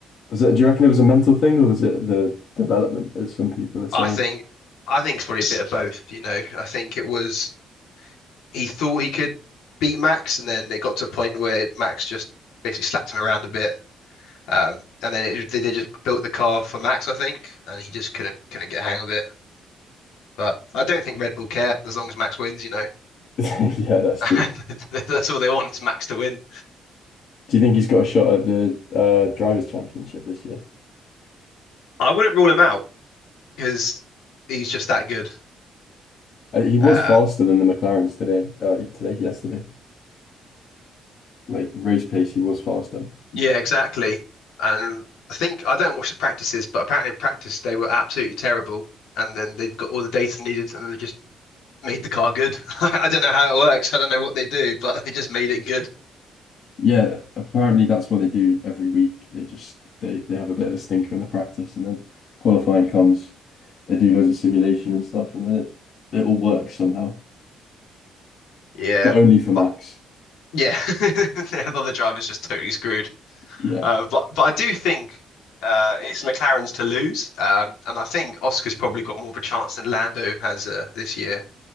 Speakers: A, on the left; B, on the left.
A: Was it, do you reckon it was a mental thing or was it the development, as some people are saying?
B: I think I think it's probably a bit of both, you know. I think it was he thought he could beat Max and then it got to a point where Max just basically slapped him around a bit. Um, and then it, they they just built the car for Max, I think, and he just couldn't couldn't get a hang of it. But I don't think Red Bull care as long as Max wins, you know.
A: <laughs> Yeah, that's
B: <laughs>
A: true.
B: That's all they want is Max to win.
A: Do you think he's got a shot at the uh, Drivers' Championship this year?
B: I wouldn't rule him out because he's just that good.
A: Uh, he was
B: Um,
A: faster than the McLarens today, uh, today, yesterday. Like race pace, he was faster.
B: Yeah, exactly. And I think I don't watch the practices, but apparently in practice they were absolutely terrible. And then they got all the data needed, and then they just made the car good. <laughs> I don't know how it works. I don't know what they do, but they just made it good.
A: Yeah, apparently that's what they do every week. They just they they have a bit of a stinker in the practice, and then qualifying comes. They do loads of simulation and stuff, and then it, it all works somehow,
B: Yeah,
A: but only for Max.
B: but yeah, <laughs> the other driver's just totally screwed.
A: Yeah.
B: Uh, but but I do think uh, it's McLaren's to lose, um, and I think Oscar's probably got more of a chance than Lando has uh, this year.